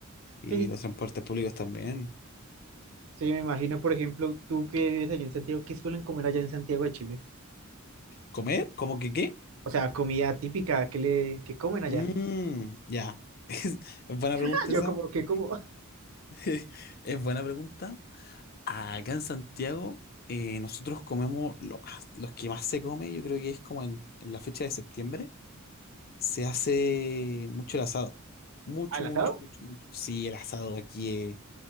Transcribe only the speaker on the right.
Sí,
sí, me imagino, por ejemplo, tú que vives allá en Santiago, ¿qué suelen comer allá en Santiago de Chile?
O sea, comida típica, ¿qué le, qué comen allá?
<laughs>
Ah, Yo
como, ¿qué
como?
¿Al
asado?